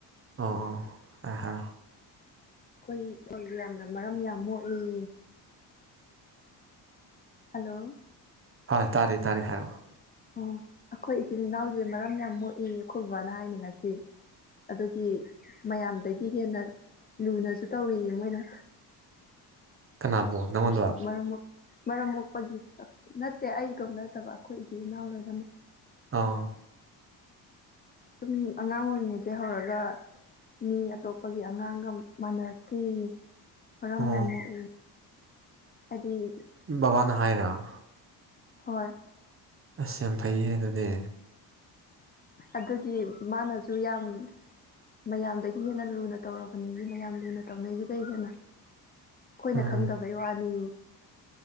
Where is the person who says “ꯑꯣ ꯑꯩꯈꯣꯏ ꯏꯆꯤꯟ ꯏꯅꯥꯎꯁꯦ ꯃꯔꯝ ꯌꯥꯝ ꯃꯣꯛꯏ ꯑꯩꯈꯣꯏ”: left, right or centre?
Left